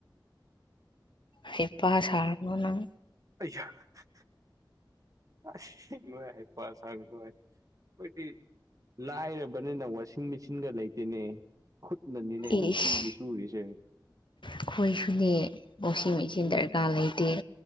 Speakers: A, on the left; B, on the right.
A: ꯍꯩꯄꯥ ꯁꯥꯔꯅꯨ ꯅꯪ
B: ꯑꯩꯌꯥ ꯍ ꯍ ꯑꯁꯦꯡꯕ ꯍꯩꯄꯥ ꯁꯥꯒꯅꯨ ꯍꯥꯏ ꯀꯣꯏꯗꯤ ꯂꯥꯏꯔꯕꯅꯤꯅ ꯋꯥꯁꯤꯡ ꯃꯦꯆꯤꯟꯒ ꯂꯩꯇꯦꯅꯦ ꯈꯨꯠꯅꯅꯤꯅꯦ
A: ꯏꯁ
B: ꯅꯨꯡꯇꯤꯒꯤ ꯁꯨꯔꯤꯁꯦ
A: ꯑꯩꯈꯣꯏꯁꯨꯅꯦ ꯋꯥꯁꯤꯡ ꯃꯦꯆꯤꯟ
B: ꯎꯝ
A: ꯗꯔꯀꯥꯔ ꯂꯩꯇꯦ